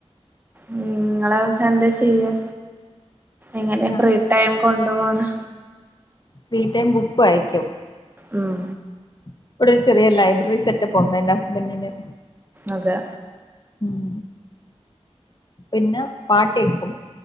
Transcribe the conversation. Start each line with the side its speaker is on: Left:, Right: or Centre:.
Right: ഉം ഇങ്ങള് എന്ത ചെയ്യാ? എങ്ങനെ
Left: ഞാൻ
Right: ഫ്രീ ടൈം കൊണ്ട് പോവ്ന്ന്?
Left: ഫ്രീ ടൈം ബുക്ക് വായിക്കും.
Right: ഉം
Left: ഇവ്ടെ ഒരു ചെറിയ ലൈബ്രറി സെറ്റപ്പുണ്ട് എന്റെ ഹസ്ബൻഡിന്
Right: അതെ
Left: ഉം പിന്നെ പാട്ടേക്കും.